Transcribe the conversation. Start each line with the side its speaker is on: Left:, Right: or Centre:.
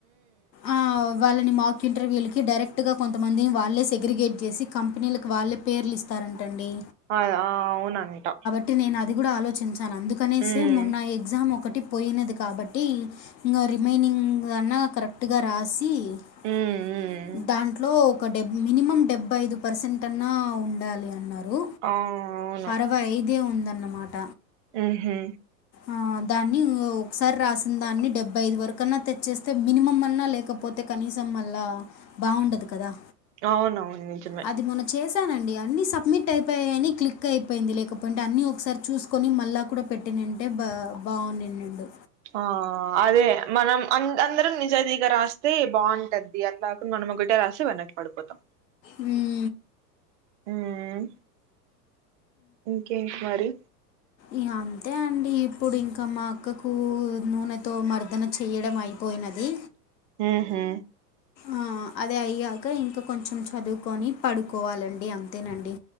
Left: ఆ వాళ్ళని మాక్ ఇంటర్వ్యూలకి డైరెక్ట్గా కొంతమందిని వాళ్ళే సెగ్రిగేట్ చేసి కంపెనీలకు వాళ్ళే పేర్లు ఇస్తారంటండి
Right: అ అవునంటా
Left: బట్టి నేను అది కూడా ఆలోచించాను అందుకనేసే
Right: ఉమ్
Left: మొన్న ఎగ్జామ్ ఒకటి పోయినది కాబట్టి ఇంకా రిమైనింగ్ అన్నా కరెక్ట్గా రాసి సి
Right: ఉమ్ ఉమ్
Left: దాంట్లో ఒక డెబ్ మినిమం డెబ్బై ఐదు పర్సెంట్ అన్నా ఉండాలి అన్నారు
Right: ఆ అవును
Left: ఇరవై ఐదే ఉందన్నమాట
Right: ఆహా
Left: ఆ దాన్ని ఒకసారి రాసిన దాన్ని డెబ్బై ఐదు వరకు అన్నా తెచ్చేస్తే మినిమం అన్నా లేకపోతే కనీసం మళ్ళా బాగుండదు కదా
Right: అవునవును నిజమే
Left: అది మొన్న చేశానండి అన్ని సబ్మిట్ అయిపోయాయని క్లిక్ అయిపోయింది లేకపోయితేే అన్ని ఒకసారి చూసి కని మళ్ళా కూడా పెట్టిన అంటే బా బాగుంనిన్నిండు
Right: ఆ అదే మనం అందరం నిజాయితీగా రాస్తే బాగుంటది అది అట్లాకుడా మనం ఒకటే రాసి వెనక్కి పడిపోతాం
Left: మ్
Right: ఉమ్ ఇంకేంటి మరి
Left: ఇ అంతే అండి ఇప్పుడు ఇంకా మా అక్కకు నూనెతో మర్దన చేయడం అయిపోయినది
Right: ఉహూ
Left: ఆ, అదే అయ్యాక ఇంకా కొంచెం చదువుకొని పడుకోవాలండి అంతేనండి